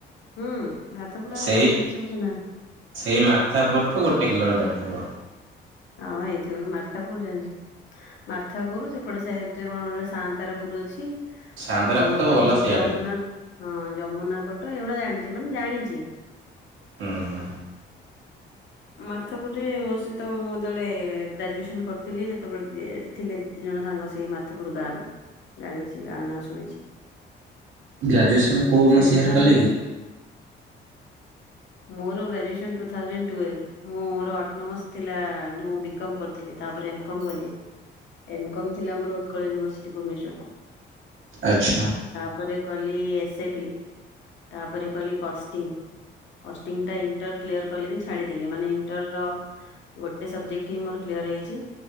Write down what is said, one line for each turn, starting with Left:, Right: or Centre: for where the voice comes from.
Left: ହୁଁ। ମାର୍ଥାପୁର ଆମର
Right: ସେଇ,
Left: ଅଛନ୍ତି ସବୁ ଚିହ୍ନା।
Right: ସେଇ ମାର୍ଥାପୂର୍ ରୁ ଗୋଟେ କିଲୋମିଟର ହବ।
Left: ହଁ ହେଇଥିବ, କିନ୍ତୁ ମାର୍ଥାପୂର୍ ଜାଣିଛି। ମାର୍ଥାପୂର୍ ସେପଟେ ସାଇଟ୍ ରେ କଣ ଗୋଟେ ସାଆନ୍ତାର ପୁର ଅଛି।
Right: ସାଆନ୍ତରାପୁର
Left: ଆଉ
Right: ତ ଗଲା ସିଆଡ଼େ
Left: ଯମୁନା ହଁ ଯମୁନା କଟ ଏଇଭଳିଆ ଜାଣିଛି। ମାନେ ଜାଣିଛି। କିି?
Right: ହୁଁ ହୁଁ।
Left: ମାର୍ଥପୁରରେ ମୋ ସହିତ ମୋ ଯେତେବେଳେ ଗ୍ରାଜୁଏସନ କରୁଥିଲି ସେତେବେଳେ ଦି ଏ ଥିଲେ ଦି ଜଣ ସାଙ୍ଗ ସେଇ ମାର୍ଥପୁରୁ ଗାଁ ରୁ। ଜାଣିଛି ଗାଁ ନା ଶୁଣିଛି।
Right: ଗ୍ରାଜୁଏସନ୍ କୋଉ
Left: ସେ
Right: ମସିହାରେ
Left: ଢେଙ୍କାନାଳ
Right: କଲେ
Left: ର।
Right: କି
Left: ମୋର ଗ୍ରାଜୁଏସନ୍ ଟୁ ଥାଉଜେଣ୍ଡ ଟ୍ୱେଲ ମୋର ଅଟନୋମସ ଥିଲା ଯଉ ବୀ କମ୍ କରୁଥିଲି ତାପରେ ଏମ କମ୍ କଲି ଏମ କମ୍ ଥିଲା ଆମର ଉତ୍କଳ ୟୁନିଭରସିଟି ଭୁବନେଶ୍ଵର।
Right: ଆଚ୍ଛା।
Left: ତାପରେ କଲି ସେ ପି ତାପରେ କଲି କଷ୍ଟିଙ୍ଗ। କଷ୍ଟିଙ୍ଗ ଟା ଇଣ୍ଟର କ୍ଲିୟର କଲିନି ଛାଡିଦେଲି ମାନେ ଇଣ୍ଟର ର ଗୋଟେ ସବଜେକ୍ଟ ଟି ମୋର କ୍ଲିୟର ହେଇଛି